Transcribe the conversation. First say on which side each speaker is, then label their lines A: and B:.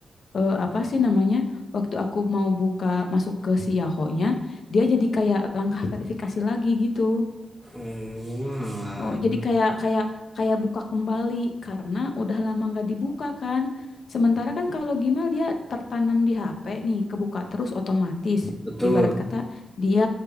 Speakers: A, on the left; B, in the centre.
A: eh, apa sih namanya? Waktu aku mau buka masuk ke si Yahoo-nya, dia jadi kayak langkah verifikasi lagi gitu.
B: Oh, alah.
A: Oh, jadi kayak kayak kayak buka kembali karena udah lama nggak dibuka kan. Sementara kan kalau Gmail dia tertanam di HP nih, kebuka terus otomatis.
B: Betul.
A: Ibarat kata dia